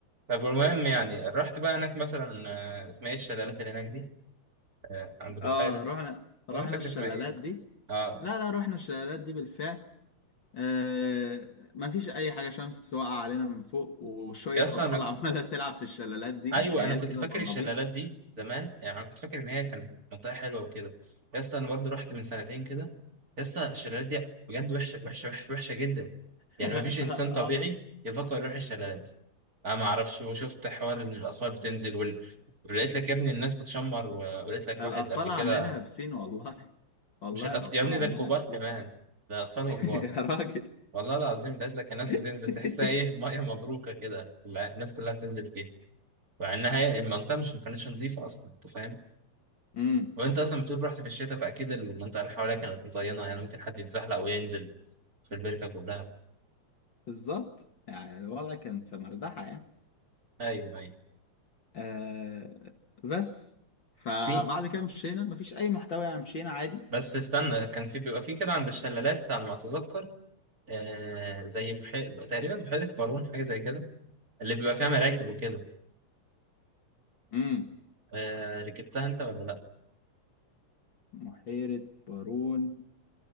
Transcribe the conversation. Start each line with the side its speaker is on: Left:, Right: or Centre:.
Right: طب المهم يعني رحت بقى هناك مثلا آه، اسمها ايه الشلالات اللي هناك دي آه، عند بحيره
Left: اه رحنا رحنا
Right: انا مش فاكر
Left: الشلالات
Right: اسمها ايه
Left: دي
Right: اه
Left: لا لا رحنا الشلالات دي بالفعل آه ما فيش اي حاجه شمس واقعه علينا من فوق وشويه
Right: يا اسطى
Left: اطفال
Right: انا
Left: <laughs> عماله تلعب في الشلالات دي
Right: ايوه
Left: عيال
Right: انا كنت
Left: كده
Right: فاكر
Left: بلابيس
Right: الشلالات دي زمان يعني انا كنت فاكر ان هي كانت منطقه حلوه وكده يا اسطى انا برضه رحت من سنتين كده يا اسطى الشلالات دي بجد وحشه وحشه وحشه وحشه جدا يعني
Left: <laughs>
Right: ما فيش انسان طبيعي
Left: اه
Right: يفكر يروح الشلالات انا ما اعرفش وشفت حوار ان الاطفال بتنزل وال... ولقيت لك يا ابني الناس بتشمر و- ولقيت لك
Left: الاطفال
Right: واحد قبل كده
Left: عاملينها بسين والله والله
Right: مش الأط...
Left: الاطفال
Right: يا ابني
Left: عاملينها
Right: ده الكبار
Left: بسين
Right: كمان ده اطفال
Left: <laughs>
Right: وكبار
Left: يا راجل
Right: والله العظيم لقيت لك الناس بتنزل
Left: <laughs>
Right: تحسها ايه ميه مبروكه كده لا، الناس كلها بتنزل فيها مع انها هي- المنطقه مش ما كانتش نظيفه اصلا انت فاهم
Left: امم
Right: وانت اصلا بتقول رحت في الشتاء فاكيد المنطقه اللي حواليها كانت مطينه يعني ممكن حد يتزحلق وينزل في البركه كلها
Left: بالظبط يعني الوضع كان سمردحه يعني
Right: ايوه ايوه
Left: آه بس فبعد
Right: في
Left: كده مشينا مفيش اي محتوى يعني مشينا عادي
Right: بس استنى كان في بيبقى في كده عند الشلالات على ما اتذكر آه زي بحير تقريبا بحيره قارون حاجه زي كده اللي بيبقى فيها مراكب وكده
Left: امم
Right: آه ركبتها انت ولا لا
Left: بحيرة بارون